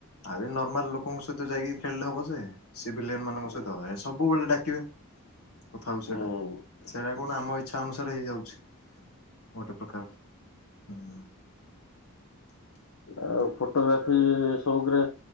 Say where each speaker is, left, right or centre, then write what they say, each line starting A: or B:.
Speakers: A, on the left (about 80°); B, on the left (about 70°).
A: ଆଉ ଏ ନର୍ମାଲ ଲୋକଙ୍କ ସହିତ ଯାଇକି ଖେଳିଲେ ହବ ଯେ। ସିଭିଲିଏନ ମାନଙ୍କ
B: ହୁଁ
A: ସହିତ ଏ ସବୁବେଳେ ଡାକିବେ। କଥାହଉଚି ସେଟା
B: ହୁଁ
A: ସେଇଟା କଣ ଆମ ଇଚ୍ଛା ଅନୁସାରେ ହେଇଯାଉଛି। ଗୋଟେ ପ୍ରକାର ହୁଁ।
B: ଆଉ ଫଟୋଗ୍ରାଫି ସଉକରେ।